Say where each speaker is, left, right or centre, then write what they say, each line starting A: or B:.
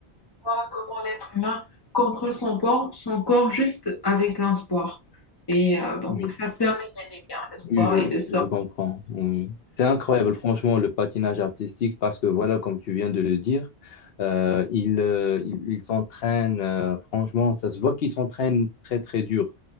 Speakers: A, on the left; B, on the left.
A: poids, comment l'être humain contrôle son corps, son corps juste avec un sport. Et euh, donc,
B: oui.
A: ça permet d'aimer bien le sport
B: Oui, je,
A: et de ça.
B: je comprends. Oui. C'est incroyable, franchement, le patinage artistique, parce que voilà, comme tu viens de le dire, euh, ils euh, ils- ils s'entraînent, euh, franchement, ça se voit qu'ils s'entraînent très, très dur